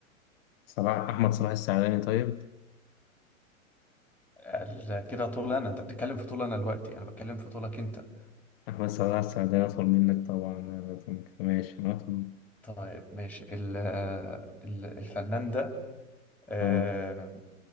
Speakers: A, on the left; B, in the centre.
A: صلاح أحمد صلاح السعداني طيب
B: ال- كده طول انا انت بتتكلم في طول انا دلوقتي انا بتكلم في طولك انت
A: أحمد صلاح السعداني أطول منك طبعا لازم كده، ماشي أنا أطول
B: طيب ماشي ال ال- الفنان ده آه
A: آه